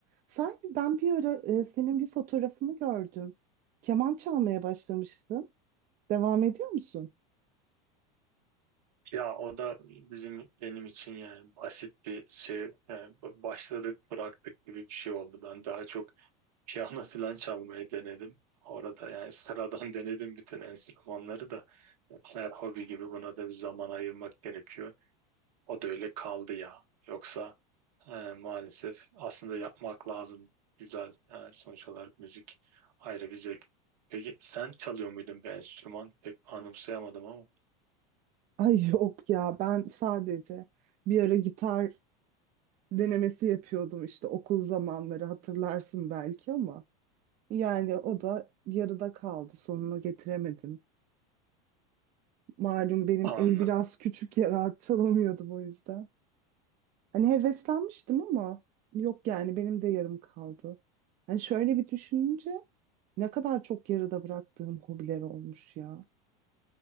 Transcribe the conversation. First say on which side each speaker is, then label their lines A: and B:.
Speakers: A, on the right; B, on the right.
A: Sanki ben bir ara e, senin bir fotoğrafını gördüm. Keman çalmaya başlamıştın. Devam ediyor musun?
B: Ya o da bizim benim için yani basit bir şey yani başladık bıraktık gibi bir şey oldu. Ben daha çok piyano <laughs> falan çalmayı denedim. Orada yani sıradan <laughs> denedim bütün enstrümanları da her hobi gibi buna da bir zaman ayırmak gerekiyor. O da öyle kaldı ya. Yoksa e, maalesef aslında yapmak lazım. Güzel e, sonuç olarak müzik ayrı bir zevk. Peki sen çalıyor muydun bir enstrüman? Pek anımsayamadım ama.
A: Ay yok ya ben sadece bir ara gitar denemesi yapıyordum işte okul zamanları hatırlarsın belki ama yani o da yarıda kaldı sonuna getiremedim. Malum benim
B: Anladım.
A: el biraz küçük ya rahat çalamıyordum o yüzden. Hani heveslenmiştim ama yok yani benim de yarım kaldı. Hani şöyle bir düşününce ne kadar çok yarıda bıraktığım hobiler olmuş ya.